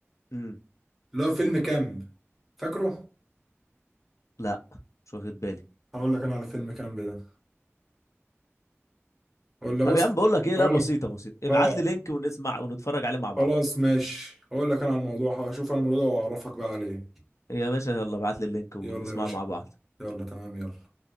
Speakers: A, on the left; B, in the centre.
A: امم
B: اللي هو فيلم كامب فاكره؟
A: لا مش واخد بالي
B: هقول لك انا على فيلم كامب ده ولا
A: طب
B: بص
A: يا عم بقول لك ايه
B: هقول
A: لا بسيطة
B: لك
A: بسيطة ابعت
B: اه
A: لي لينك ونسمع ونتفرج عليه مع بعض
B: خلاص ماشي هقول لك انا على الموضوع هشوف انا الموضوع ده واعرفك بقى عليه
A: يا باشا يلا ابعت لي اللينك ونسمعه
B: يلا يا باشا
A: مع بعض
B: يلا تمام يلا